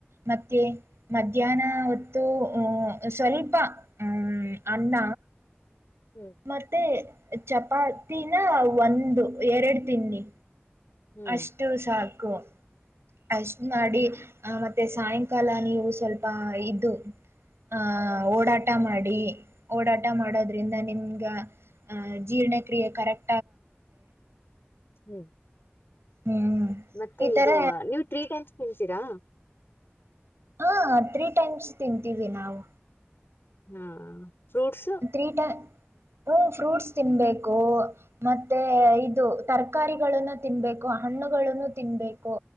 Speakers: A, on the right; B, on the left.
A: ಮತ್ತೆ ಮಧ್ಯಾಹ್ನ ಹೊತ್ತು ಹ್ಮ್ಮ್ ಸ್ವಲ್ಪ ಹ್ಮ್ ಅನ್ನ
B: ಹ್ಮ್
A: ಮತ್ತೆ ಚಪಾತಿನ ಒಂದು ಎರಡು ತಿನ್ನಿ
B: ಹ್ಮ್
A: ಅಷ್ಟು ಸಾಕು ಅಷ್ಟ ಮಾಡಿ ಆ ಮತ್ತೆ ಸಾಯಂಕಾಲ ನೀವು ಸ್ವಲ್ಪ ಇದು ಆಹ ಓಡಾಟ ಮಾಡಿ ಓಡಾಟ ಮಾಡೋದ್ರಿಂದ ನಿಮ್ಗ ಜೀರ್ಣಕ್ರಿಯೆ ಕರೆಕ್ಟಾಗಾಗುತ್ತೆ
B: ಹ್ಮ್
A: ಹ್ಮ್
B: ಮತ್ತೆ
A: ಈ
B: ಇದು
A: ತರ
B: ನೀವು ತ್ರೀ ಟೈಮ್ಸ್ ತಿಂತಿರಾ
A: ಹಾ ತ್ರೀ ಟೈಮ್ಸ್ ತಿಂತೀವಿ ನಾವು
B: ಹಾ ಫ್ರೂಟ್ಸ್
A: ತ್ರೀ ಟೈ ಹ್ಞೂ ಫ್ರೂಟ್ಸ್ ತಿನ್ನಬೇಕು ಮತ್ತೆ ಇದು ತರಕಾರಿಗಳಗಳನ್ನು ತಿನ್ಬೇಕು ಹಣ್ಣುಗಳನ್ನು ತಿನ್ಬೇಕು